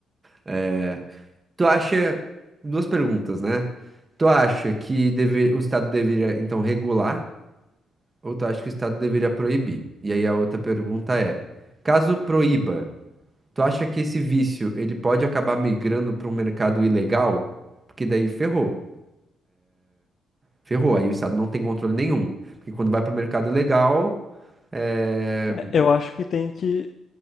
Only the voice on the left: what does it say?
é- eu acho que tem que,